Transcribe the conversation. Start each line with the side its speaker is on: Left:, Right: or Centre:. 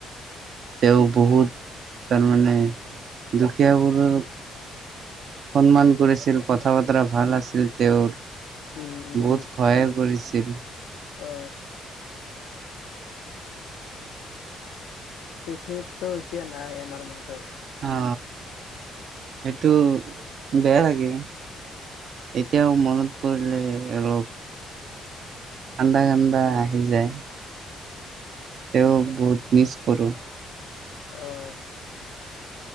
Right: তেওঁ বহুত তাৰমানে দুখীয়াবোৰৰ সন্মান কৰিছিল কথা বতৰা ভাল আছিল তেওঁৰ
Left: উম, উম,
Right: বহুত সহায়ো কৰিছিল
Left: অ তেখেত ত এতিয়া নাই আমাৰ মাজত
Right: অ সেইটো বেয়া লাগে এতিয়াও মনত পৰিলে অলপ কান্দা কান্দা আহি যায় তেওঁ বহুত মিছ কৰোঁ
Left: অ